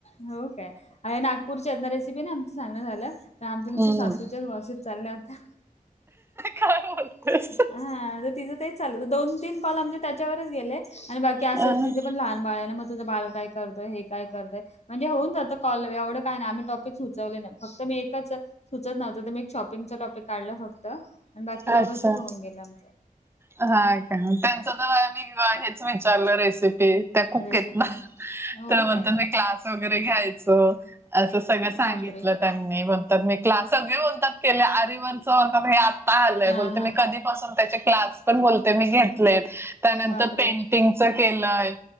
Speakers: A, on the left; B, on the right.
A: हो कायं अं नागपूरच्यांना रेसिपी नांही आमचं झालं आमच्यां नुसतं
B: हम्म.
A: सासू ते गॉसिप चालले होत्यां
B: कायं होतं
A: हां तरं तिचं तेचं चांल दोन तीनं कॉल आमचे त्यांच्यावरच गेले आणि बाकी असंच
B: अं,
A: तिथे पणं लहांन बाळंना मं तुझं बांल कायं करतोय हे कायं करतंय म्हणे होऊंन जातं की एवढं कायं नाहीं आम्ही टाॅपिक सुचवलेल नाहीं फक्तं मी एकचं सुचते नव्हतं तरं मं एक शॉपिंगच टॉपिक काढलं फक्तं आणि बाकी व्यवस्थित
B: अच्छा
A: होऊन गेले आमच.
B: हा, का त्यांच तर मी हेच विचारलं रेसिपी त्या कुक
A: रेसिपी
B: हेत ना.
A: हो
B: तर म्हणतात
A: काय
B: ना, क्लास वगैरे घ्यायच अस सगळं सांगितलं
A: बापरे
B: त्यांनी. मी म्हणतात, मी क्लास सगळे बोलतात केले, आरिवरच होता बाई आत. पाहलंय
A: हा
B: बोलते,
A: हा
B: मी कधीपासून त्याचे क्लास पण बोलते, मी घेतलेत. त्यानंतर
A: बापरे
B: पेंटिंगच केलंय,